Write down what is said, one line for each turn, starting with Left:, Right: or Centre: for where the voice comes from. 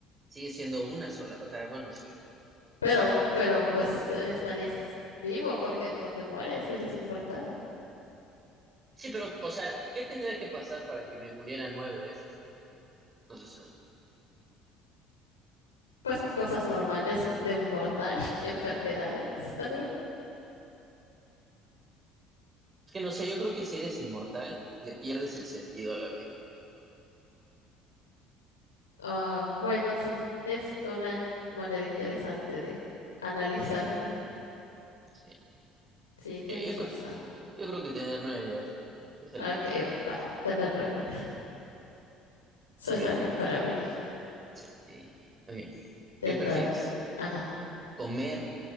Right: sigue siendo una sola. O sea, bueno, sí.
Left: Pero, pero pues estarías vivo porque no te mueres, eres inmortal.
Right: Sí, pero, o sea, ¿qué tendría que pasar para que me muriera nueve veces? Entonces, mm,
Left: Pues cosas normales de un mortal, <laughs> enfermedades, tal vez.
Right: es que no sé, yo creo que si eres inmortal, le pierdes el sentido a la vida.
Left: Ah, bueno, sí, es una manera interesante de analizarla.
Right: Sí.
Left: Sí, tienes
Right: Sí, yo creo,
Left: razón.
Right: yo creo que tener nueve vidas es el
Left: Ok,
Right: límite.
Left: va, tener nueve. Suena
Right: Ok,
Left: bien para mí.
Right: sí, sí, ok.
Left: Te
Right: ¿Qué prefieres?
Left: toca. Ajá.
Right: ¿Comer